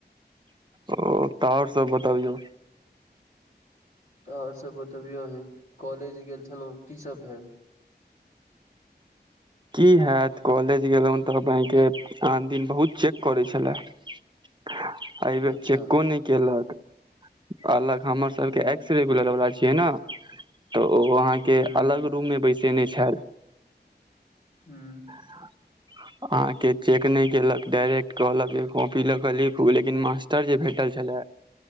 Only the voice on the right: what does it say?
ओ तऽ आओर सब बतबियौ
की हैत कॉलेज गेलहु तऽ बनेके आन दिन बहुत चेक करै छले एहि बेर
चेकको नहि केलक अलग हमर सबके
एक्स रेगुलर वालला छियै ने तऽ ओ अहाँके
अलग रूम मे बैसेने छल
अहाँके चेक नहि केलक डायरेक्ट कहलको कि ल क लिखू लेकिन मास्टर जे भेटल छले